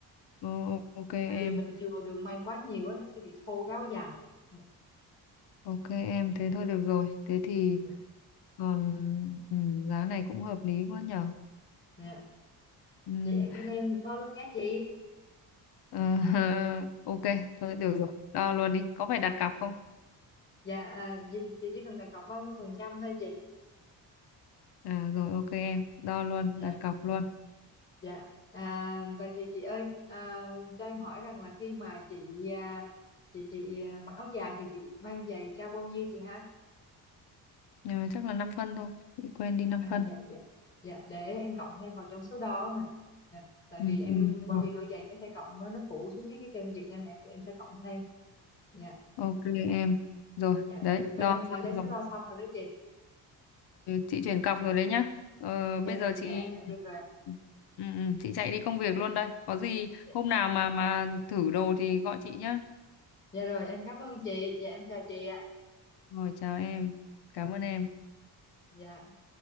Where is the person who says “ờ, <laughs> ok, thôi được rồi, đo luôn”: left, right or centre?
Left